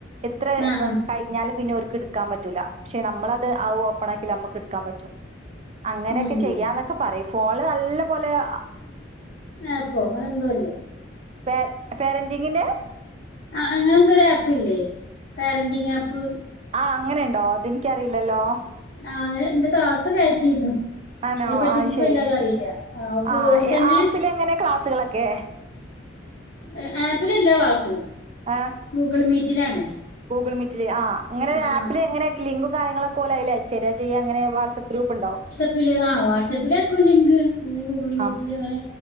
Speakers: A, on the right; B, on the left.
A: എത്ര
B: ആ
A: വ
B: ആ
A: ടൈം ഞ്ഞാല് പിന്നെ ഓർക്കു എടുക്കാം പറ്റൂല, പക്ഷെ നമ്മളത് ആ ഓപ്പണാക്കിയാല് അമ്മക്ക് എടുക്കാൻ പറ്റും. അങ്ങനെയൊക്കെ
B: ഉം ഉം
A: ചെയ്യാന്നൊക്കെ പറയും ഫോൺല് നല്ല പോലെ ആ
B: ആപ്പൊ അങ്ങനെ ന്തോല്ലേ?
A: പേ പേരന്റിങ്ങിന്റെ?
B: ആഹ്‌ അങ്ങനെ എന്തോ ഒരു ആപ്പ് ഇല്ലേ? Parenting app.
A: ആഹ് അങ്ങനെണ്ടോ അത് എൻക്കേറിയില്ലല്ലോ.
B: ആഹ്‌ അത് ന്റെ താത്ത കേയറ്റീന്നു.
A: ആണോ
B: അയ്നെ പറ്റി
A: ആ
B: ഇൻക്ക്
A: ശരി
B: വല്ലാതേ അറീല അപ്പോ
A: ആ
B: ഓൾക്കെന്നെ
A: ആപ്പിൽ എങ്ങനെ ക്ലാസ്സുകളൊക്കെ
B: അ ആപ്പിലല്ല ക്ലാസ്.
A: ആഹ്.
B: ഗൂഗ്ൾ മീറ്റിലാണ്.
A: ഗൂഗ്ൾ മീറ്റില്, ആഹ്‌ ങ്ങനെ
B: ആ
A: ആപ്പില്
B: ആ
A: എങ്ങനെ ലിങ്കും കാര്യങ്ങളൊ കോലയില് അയചേരാ ചെയ്യാ അങ്ങനെ വാട്സആപ്പ് ഗ്രപ്പ്ണ്ടോ?
B: പ്പില് ആഹ്‌ വാട്സആപ്പില അയക്കും ലിങ്ക്. പിന്നെ ഗൂഗ്ൾ മീറ്റില്
A: ആ
B: അങ്ങനെ